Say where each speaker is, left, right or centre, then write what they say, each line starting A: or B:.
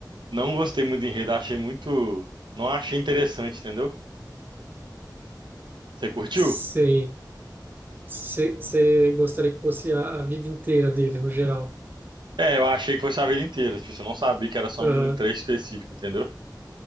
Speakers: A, on the right; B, on the right.
A: não gostei muito do enredo, achei muito. Não achei interessante, entendeu? Você curtiu?
B: Sei. Você você gostaria que fosse a, a vida inteira dele, no geral.
A: É, eu achei que fosse a vida inteira, tipo, você não sabia que era só
B: Aham,
A: um trecho específico, entendeu?